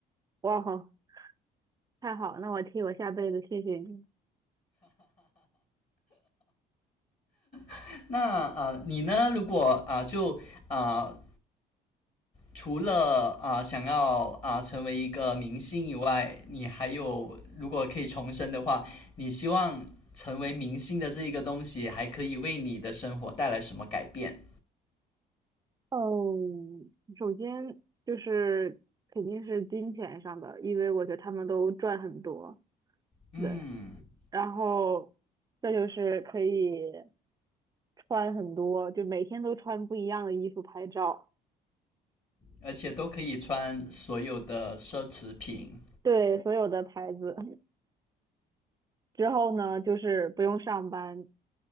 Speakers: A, on the right; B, on the left.
A: 哇好，太好了那我替我下辈子谢谢你。
B: <laughs> 那啊、呃你呢？如果啊、呃就啊、呃除了啊、呃想要啊、呃成为一个明星以外，你还有如果可以重生的话，你希望成为明星的这个东西还可以为你的生活带来什么改变？
A: 哦，首先就是肯定是金钱上的，因为我觉得他们都赚很多，
B: 嗯，
A: 对，然后再就是可以。穿很多，就每天都穿不一样的衣服拍照，
B: 而且都可以穿所有的奢侈品。
A: 对所有的牌子。之后呢，就是不用上班，